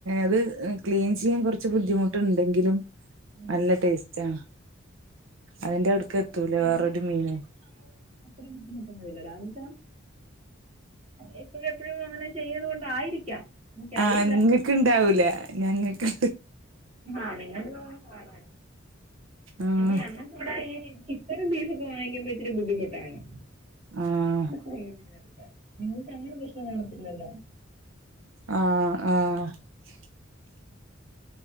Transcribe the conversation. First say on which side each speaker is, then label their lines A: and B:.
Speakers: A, on the right; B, on the right.
A: അത് ക്ലീൻ ചെയ്യാൻ കുറച്ച് ബുദ്ധിമുട്ടുണ്ടെങ്കിലും
B: ഉം.
A: നല്ല ടേസ്റ്റ് ആണ് അതിന്റെ അടുക്ക് എത്തൂല
B: മീൻ
A: വേറൊരു
B: ചെയ്യുന്നതിനൊന്നും
A: മീനും
B: അങ്ങനൊന്നും അത്ര ബുദ്ധിമുട്ടൊന്നുമില്ലടാ. എന്ന് വെച്ചാ എപ്പഴും എപ്പഴും അങ്ങനെ ചെയ്യുന്നത് കൊണ്ടായിരിക്കാം എനിക്കറിയില്ല.
A: ആഹ് നിങ്ങക്ക് ഇണ്ടാവൂല ഞങ്ങൾക്ക്
B: ആഹ് നിങ്ങക്ക് പാട് ആയിരിക്കും
A: ആഹ്
B: പിന്നെ ഞങ്ങക്ക് ഇവിടെ ഈ ചിക്കനും ബീഫും ഒക്കെ വാങ്ങിക്കുമ്പോ ഇത്തിരി ബുദ്ധിമുട്ടാണ്
A: ആഹ്
B: പ്രയോജനമെടുക്കാൻ നിങ്ങൾക്ക് അങ്ങനെ പ്രശ്നം കാണത്തില്ലല്ലോ
A: ആഹ് ആഹ് <unintelligible>